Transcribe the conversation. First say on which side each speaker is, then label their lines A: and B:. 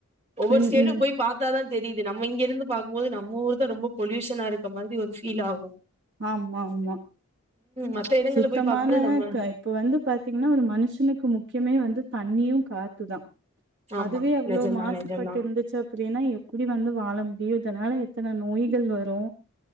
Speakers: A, on the right; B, on the right.
A: ஒவ்வோரு
B: ம்
A: ஸ்டேட்டுக்கு
B: ம்
A: போய் பாத்தாதா தெரியுது நம்ம இங்க இருந்து பாக்கும் போது நம்ம ஊர்தா ரொம்ப பொல்யூஷனா இருக்க மாரி ஒரு ஃபீல் ஆகோ
B: ஆமா ஆமா
A: மத்த இடங்கள்ல
B: சுத்தமான
A: போய் பாக்கும்போது நம்ம
B: க இப்ப வந்து பாத்தீங்கனா ஒரு மனுஷனுக்கு முக்கியமே வந்து தண்ணியு காத்துதா
A: ஆமா
B: அதுவே அவ்ளோ
A: நெஜந்தா
B: மாசுபட்டு
A: நெஜந்தா
B: இருந்துச்சு அப்டீன்னா எப்டி வந்து வாழ முடியு இதனால எத் தன நோய்கள் வரோ